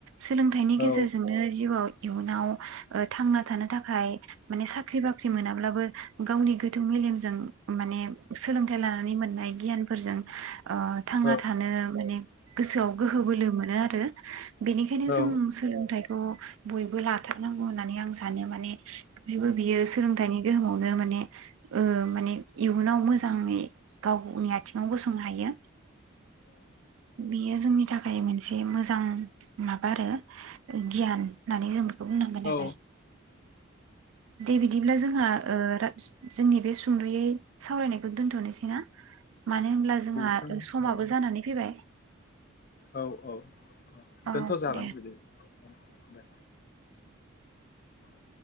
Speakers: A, on the right (about 80°); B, on the left (about 45°).
A: सोलोंथाइनि गेजेरजोंनो
B: औ
A: जिउआव इयुनाव ओ थांना थानो थाखाय माने साख्रि बाख्रि मोनाब्लाबो गावनि गोथौ मेलेमजों माने सोलोंथाइ लानानै मोननाय गियानफोरजों ओ थांना
B: औ
A: थानो माने गोसोआव गोहो बोलो मोनो आरो बेनिखायनो
B: औ
A: जों
B: औ
A: सोलोंथाइखौ बयबो लाथारनांगौ होननानै आं सानो माने बयबो बियो सोलोंथाइनि गोहोमावनो माने ओ माने इयुनाव मोजाङै गावनि आथिङाव गसंनो हायो बेयो जोंनि थाखा फाय मोनसे मो जां माबा आरो ओ गियान होननानै जों बेखौ बुंनांगोन आरो।
B: औ
A: दे बिदिब्ला जोंहा ओ जोंनि बे सुंद'यै सावरायनायखौ दोन्थ'नोसैना। मानो होनब्ला जोंहा
B: जों
A: समाबो
B: औ
A: जानानै फैबाय <inaudible>
B: औ औ दोनथ'
A: औ
B: जागोन
A: दे
B: बिदिब्ला ओ दे <inaudible>